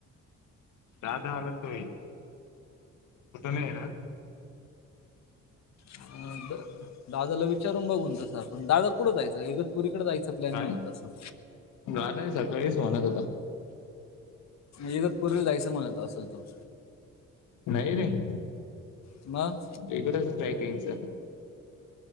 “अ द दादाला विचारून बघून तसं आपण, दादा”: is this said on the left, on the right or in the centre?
Left